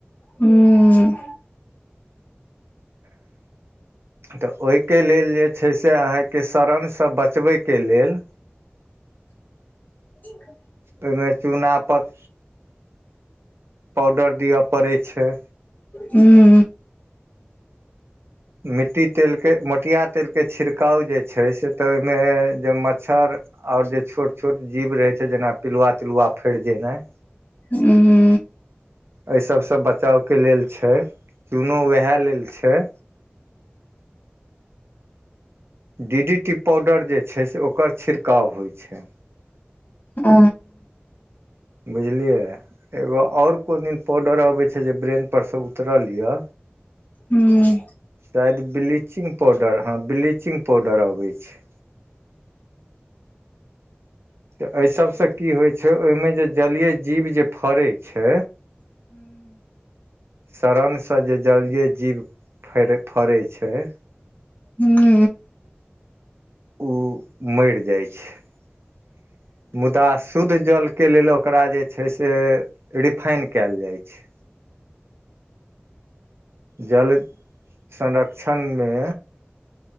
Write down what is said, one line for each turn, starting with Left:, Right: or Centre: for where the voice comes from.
Left: हूँ।
Right: तऽ ओहिके लेल जे छै से, अहाँके शरणसँ बचबैके लेल
Left: <inaudible>
Right: ओहिमे चूना पत पाउडर दिअ पड़ै छै।
Left: हू।
Right: मिट्टी तेलके मटिया तेलके छिड़काव जे छै से, तऽ ओहिमे जे मच्छर और जे छोट छोट जीव रहै छै, जेना पिलुआ तिलुआ फरि जेनाइ।
Left: हुं।
Right: ऐ सबसं बचावके लेल छै, चूनो वेहे लेल छै। डी डी टी पाउडर जे छै से ओकर छिड़काव होइ छै।
Left: ओ
Right: बुझलियै एगो और कोन दिन पाउडर अबै छै जे ब्रेन पर से उतरल य।
Left: हुं
Right: शायद ब्लीचिंग पाउडर, हँ ब्लीचिंग पाउडर अबै छै। त अइ सबसं की होइ छै, ओइमे जे जलीय जीव जे फड़ै छै। सड़न सं जे जलीए जीव फैर फरै छै।
Left: हुं
Right: उ मैर जाइ छै <inaudible> मुदा शुद्ध जल के लेल ओकरा जे छै से रिफाइन कैल जाइ छै। जल <inaudible> संरक्षणमे